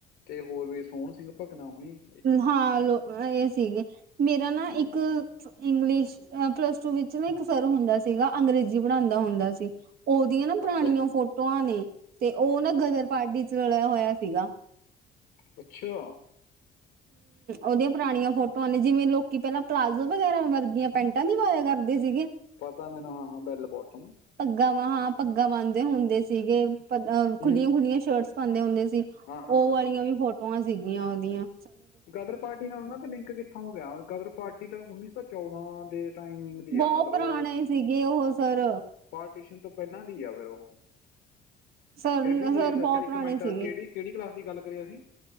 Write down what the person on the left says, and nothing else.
ਤੇ ਹੋਰ ਵੀ ਸੋਹਣ ਸਿੰਘ ਭਕਨਾ ਹੋਣੀ
ਹੂੰ।
ਅੱਛਾ ਜੀ।
ਅੱਛਾ। <unintelligible> <inaudible>
ਪਤਾ ਮੈਨੂੰ ਹਾਂ ਹਾਂ ਬੈਲ ਬੋਟਮ।
ਹੂੰ।
ਹਾਂ-ਹਾਂ-ਹਾਂ-ਹਾਂ-ਹਾਂ।
ਗਦਰ ਪਾਰਟੀ ਨਾਲ ਉਨਾਂ ਦਾ ਲਿੰਕ ਕਿੱਥੋਂ ਹੋ ਗਿਆ ਗਦਰ ਪਾਰਟੀ ਤਾ ਉੱਨੀ ਸੌ ਚੌਦਾਂ ਦੇ ਟਾਈਮਿੰਗ ਦੀ
ਆ ਮਤਲਬ
ਪਾਰਟੀਸ਼ਨ ਤੋਂ ਪੈਲਾਂ ਦੀ ਆ ਫੇਰ ਓਹੋ
ਫੇਰ ਵੀ ਜੇ
ਅੱਛਾ
ਇੱਕ
ਮਿੰਟ
ਕੇੜੀ ਕੇੜੀ ਕਲਾਸ ਦੀ ਗੱਲ ਕਰੀ ਓ ਨੀ